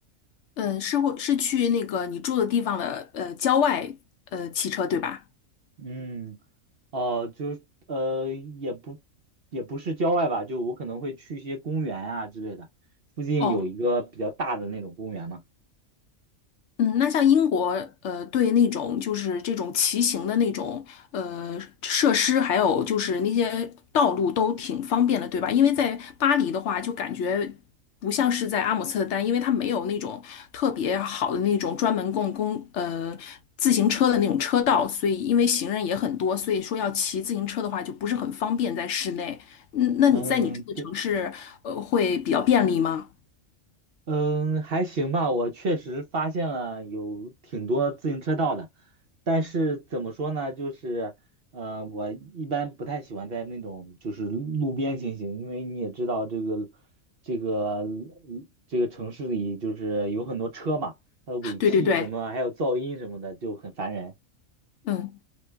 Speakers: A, on the left; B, on the right.
A: 嗯，是会是去那个你住的地方的呃郊外呃骑车对吧？
B: 嗯，哦，就是呃，也不也不是郊外吧，就我可能会去一些公园啊之类的。附近有一个比较大的那种公园嘛。
A: 哦，嗯，那像英国，呃，对那种就是这种骑行的那种呃设施，还有就是那些道路都挺方便的，对吧？因为在巴黎的话，就感觉不像是在阿姆斯特丹，因为它没有那种特别好的那种专门供公呃自行车的那种车道，所以因为行人也很多，所以说要骑自行车的话就不是很方便在室内。嗯，那你在你住的城市，
B: 嗯，对，
A: 呃，会比较便利吗？
B: 嗯，还行吧。我确实发现了有挺多自行车道的，但是怎么说呢，就是，呃，我一般不太喜欢在那种就是路边行行，因为你也知道这个，这个，嗯这个城市里就是有很多车嘛，它的尾气什么，
A: <laughs> 对对对，
B: 还有噪音什么的就很烦人。
A: 嗯。